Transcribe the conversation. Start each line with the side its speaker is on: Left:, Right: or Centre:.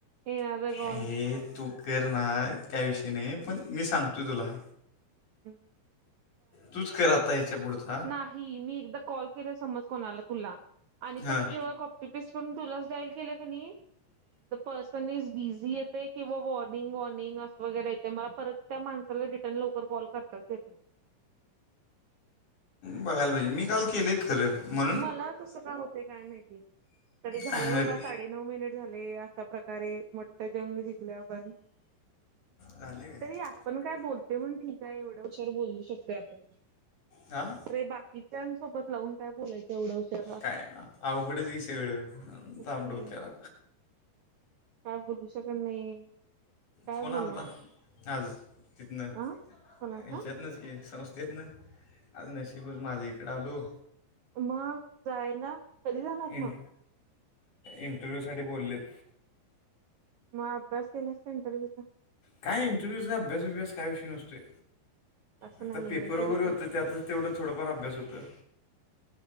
Right: येणार कॉल
Left: हे तू करणार काय विषय नाही पण मी सांगतोय तुला
Right: हम
Left: तूच कर आता याच्या पुडच
Right: नाही मी एकदा कॉल केला समज कोणाला तुला आणि
Left: हां
Right: परत जेव्हा त पीस करून तुलाच डाईल केलं क नाही तर पर्सन इज बिझी येते किंवा वॉर्निंग वॉर्निंग अस वगैरे येते मला परत त्या माणसाला रिटर्न लवकर कॉल करताच येत नाही
Left: बघायला पाहिजे मी काल केले खर मग
Right: मला तस काय होते काय माहिती तरी झालं
Left: अरे
Right: बाबा सा साडे नऊ मिनिट झाले असा प्रकारे जंग जिंकल्या आपण
Left: झाले काय
Right: तरी आपण काय बोलते म्हण ठीक नाही एवढ्या हुशार बोललू शकतोय आपण
Left: आं
Right: े बाकीच्या सोबत लावून काय बोलायचं एवढं उशर
Left: काय अवघडंच की सगळ
Right: नक्की
Left: ताप डोक्याला
Right: काय बोलू शकत नाही काय
Left: फोन
Right: बोलणार
Left: आलाता आज तिथनं
Right: अ कोणाचा
Left: ह्याच्यात नाच की संस्थेत ना आज नशीबच माझ्या इकडें आलो
Right: मग जायला, कधी जाणार
Left: इन
Right: मग?
Left: इंटरव्ह्यूसाठी बोलवलेत.
Right: मग अभ्यास केलास काय इंटरव्ह्यूचा?
Left: काय इंटरव्यूचा आभ्यास बिब्यास काय विषय नसतोय
Right: असं
Left: आता
Right: नाही
Left: पेपर
Right: तरी
Left: वगैरे
Right: पण
Left: होतं त्यात तेवढं थोडंफार अभ्यास होतय